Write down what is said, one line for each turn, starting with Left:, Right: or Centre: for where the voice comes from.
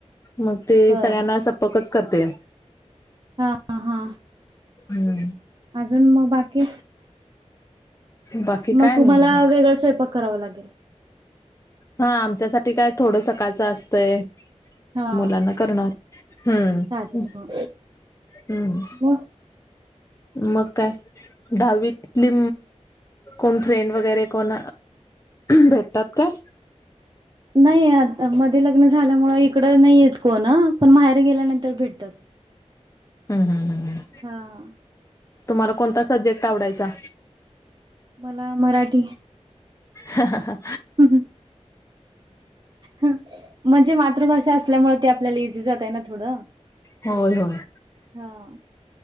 Left: मग ते
Right: बरं
Left: सगळ्यांना सपकच करते.
Right: हा हा.
Left: हम्म.
Right: अजून मग बाकी?
Left: बाकी काय
Right: मग तुम्हाला
Left: नाही बघा
Right: वेगळं स्वयंपाक कराव लागेल.
Left: हा आमच्यासाठी काय थोडं सकाळचं असतंय
Right: हा
Left: मुलांना करणार हम्म..
Right: चालेल हो.
Left: हम्म
Right: मग
Left: मग काय? दहावीतली कोण फ्रेंड वगैरे कोण? भेटतात काय?
Right: नाही आता मध्ये लग्न झाल्यामु इकडं नाही येत कोण पण बाहेर गेल्यानंतर भेटतात.
Left: हम् ह्
Right: हा
Left: तुम्हाला कोणता सब्जेक्ट आवडायचा?
Right: मला मराठी.
Left: हा हा हा.
Right: हम् हम. म्हणजे मातृभाषा असल्यामुळे ते आपल्याला इझी जातय ना थोडं
Left: होय होय.
Right: हा